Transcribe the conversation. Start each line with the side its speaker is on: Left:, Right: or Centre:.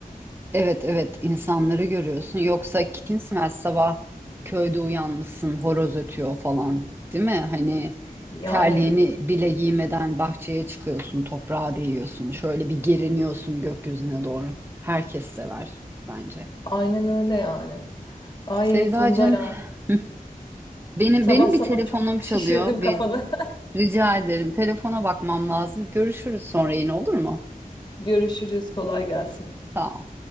Right: Evet evet insanları görüyorsun. Yoksa kimsemez sabah köyde uyanmışsın horoz ötüyor falan değil mi? Hani
Left: Yani
Right: terliğini bile giymeden bahçeye çıkıyorsun toprağa değiyorsun. Şöyle bir geriniyorsun gökyüzüne doğru. Herkes sever bence.
Left: aynen öyle yani. Ay
Right: Sevdacığım
Left: Funda ya.
Right: hı, benim
Left: Sabah
Right: benim
Left: sabah
Right: bir telefonum
Left: çok
Right: çalıyor
Left: şişirdim kafanı.
Right: ve rica ederim telefona bakmam lazım. Görüşürüz sonra yine olur mu?
Left: <laughs> Görüşürüz. Kolay gelsin.
Right: Sağ ol.